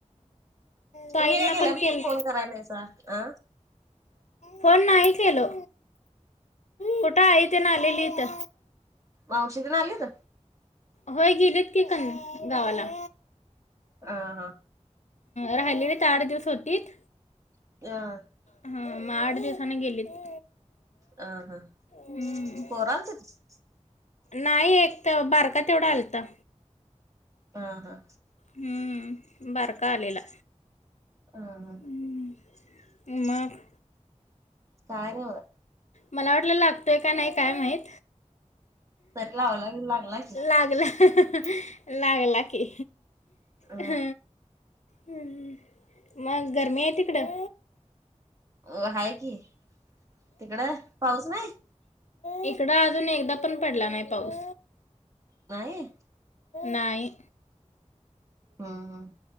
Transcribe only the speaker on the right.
तुम्ही काय गेल्यापसन
फोन कराय नायसा आ.
मावशीतेन आलीत.
हा हा.
<unintelligible>
अ ह.
पोरांचीच.
हा हा.
अ हा
काय नाही बघ.
सट लावायला लागला की
अ
अ हाय की, तिकडं पाऊस नाही.
नाही.
हम् हम‌्.